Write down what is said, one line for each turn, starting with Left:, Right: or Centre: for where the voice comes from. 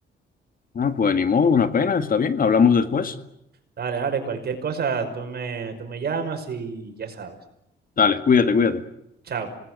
Left: Ah, pues ni modo, una pena, está bien, hablamos después.
Right: Dale, dale, cualquier cosa, tú me, tú me llamas y ya sabes.
Left: Dale, cuídate, cuídate.
Right: Chao.